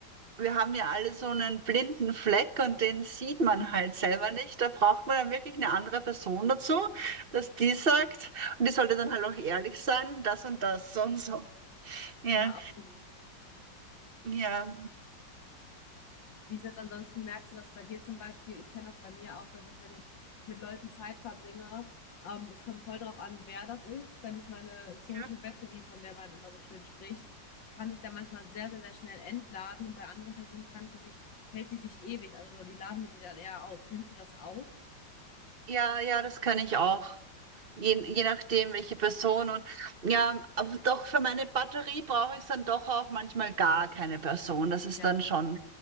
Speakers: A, on the right; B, on the left.
A: wir haben ja alle so einen blinden Fleck und den sieht man
B: Mhm.
A: halt selber nicht. Da braucht man dann wirklich eine andere Person dazu, dass die sagt, und die sollte dann halt auch ehrlich sein, das und das, so und so. Ja,
B: Ja, absolut.
A: ja,
B: Wie ist das ansonsten? Merkst du das bei dir zum Beispiel? Ich kenne das bei mir auch, dass ich, wenn ich mit Leuten Zeit verbringe, ähm, es kommt voll drauf an, wer das ist. Dann ist meine Social
A: ja,
B: Battery, von der man immer so schön spricht, kann sich da manchmal sehr, sehr, sehr schnell entladen und bei anderen Personen kann die sich, hält die sich ewig. Also so, die laden mir die dann eher auf. Kennst du das auch?
A: ja, ja, das kann ich auch. Je, je nachdem, welche Person und ja, aber doch für meine Batterie brauche ich dann doch auch manchmal gar keine Person. Das ist
B: Ja.
A: dann schon,